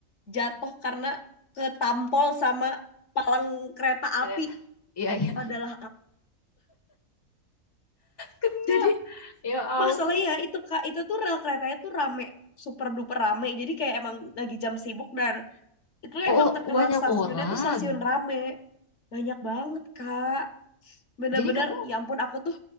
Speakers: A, on the left (about 60°); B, on the left (about 20°).
A: jatuh karena ketampol sama palang kereta
B: ternyata
A: api
B: iya iya
A: adalah aku. <laughs>
B: kena
A: jadi
B: ya ampun
A: masalahnya itu kak itu tuh rel keretanya tuh rame super duper rame jadi kayak emang lagi jam sibuk dan itu
B: Oh,
A: emang
B: oh,
A: terkenal
B: banyak
A: stasiunnya
B: orang.
A: tuh stasiun rame banyak banget kak bener-bener
B: Jadi kamu
A: ya ampun aku tuh